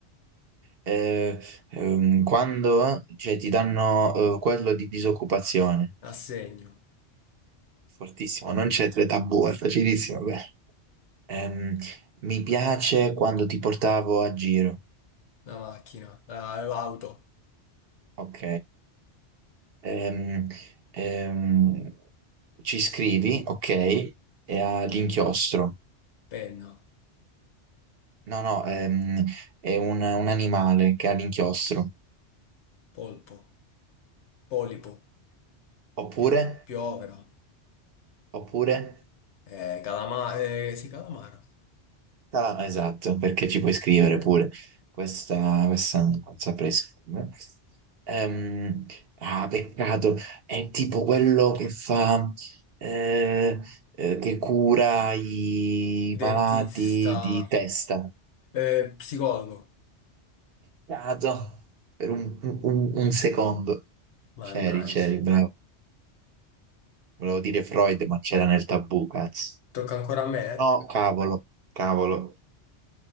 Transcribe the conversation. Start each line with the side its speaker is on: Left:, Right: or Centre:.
Right: Eh, ehm, quando cioè, ti danno eh, quello di disoccupazione,
Left: assegno,
Right: fortissimo, non c'è tre tabù, è facilissimo. quello. Ehm, mi piace quando ti portavo a giro.
Left: la macchina, la- l'auto,
Right: Ok, Ehm, ehm, ci scrivi, ok, e ha l'inchiostro.
Left: penna,
Right: No, no, ehm, è un, un animale che ha l'inchiostro.
Left: polpo. Polipo,
Right: Oppure,
Left: Pi- Piovera,
Right: oppure,
Left: eh, calama- eh, sì, Calamaro,
Right: tala- esatto, perché ci puoi scrivere pure. Questa, questa non saprei scrivere. Ehm, ah, peccato, è tipo quello che fa, eh, eh, che cura i
Left: dentista,
Right: malati di testa.
Left: eh, psicologo.
Right: Dato. Per un, un- un secondo.
Left: Mannaggia,
Right: C'eri, c'eri, bravo. Volevo dire Freud, ma c'era nel tabù, cazzo.
Left: tocca ancora a me?
Right: No, cavolo, cavolo.